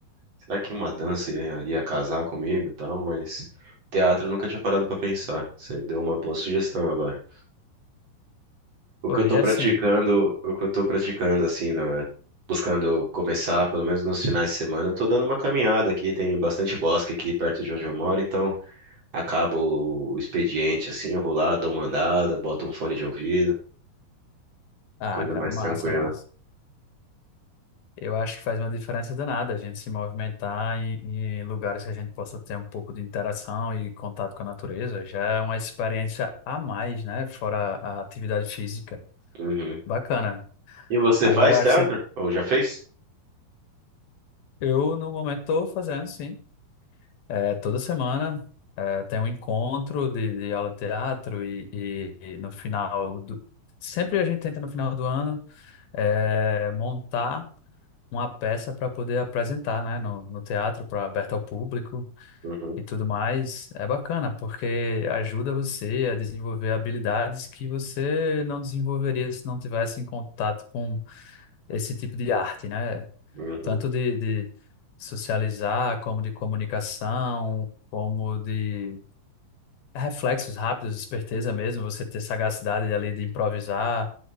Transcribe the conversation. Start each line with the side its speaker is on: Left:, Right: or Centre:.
Right: Será que uma dança ia, ia casar comigo e tal? Mas teatro eu nunca tinha parado pra pensar. Você deu uma boa sugestão agora. O
Left: Pô,
Right: que eu tô
Left: e assim,
Right: praticando, o que eu tô praticando assim, na- buscando começar, pelo menos nos finais de semana, eu tô dando uma caminhada aqui, tem bastante bosque aqui perto de onde eu moro, então acaba o o expediente assim, eu vou lá, dou uma andada, boto um fone de ouvido,
Left: ah,
Right: coisa
Left: cara,
Right: mais
Left: massa,
Right: tranquila.
Left: massa. Eu acho que faz uma diferença danada a gente se movimentar em, em lugares que a gente possa ter um pouco de interação e contato com a natureza. Já é uma experiência a mais, né? Fora a atividade física.
Right: Uhum.
Left: Bacana.
Right: E você
Left: Agora
Right: faz
Left: eu
Right: teatro?
Left: acho que você-
Right: Ou já fez?
Left: eu, no momento, estou fazendo, sim. É, toda semana é, tem um encontro de, de aula de teatro e, e- e no final do... Sempre a gente tenta, no final do ano, é, montar uma peça para poder apresentar, né, no, no teatro, para aberta ao público
Right: Uhum,
Left: e tudo mais. É bacana, porque ajuda você a desenvolver habilidades que você não desenvolveria se não tivesse em contato com esse tipo de arte, né?
Right: uhum.
Left: Tanto de, de socializar, como de comunicação, como de reflexos rápidos, esperteza mesmo, você ter sagacidade ali de improvisar.